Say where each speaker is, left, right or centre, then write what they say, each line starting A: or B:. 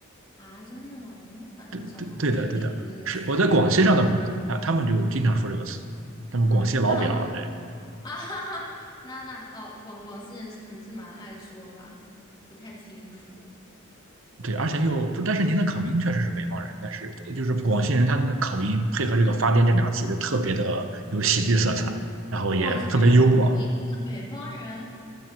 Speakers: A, on the left; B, on the right.
A: 啊，真的吗？我们反正我小时候方言里头这个词啊，
B: 对对对的对的，是我在广西上的本科，他他们就经常说这个词，他们广西老表，
A: 啊，这样子 <laughs> 啊，哈哈，那那哦，广广西人是可能是蛮爱说吧，不太清楚。
B: 对对，而且又不，但是您的口音确实是北方人，但是就是广西人他们的口音配合这个“发癫”这两个词，就特别的有喜剧色彩，然后也特别幽默
A: 广西人的口音是北方人，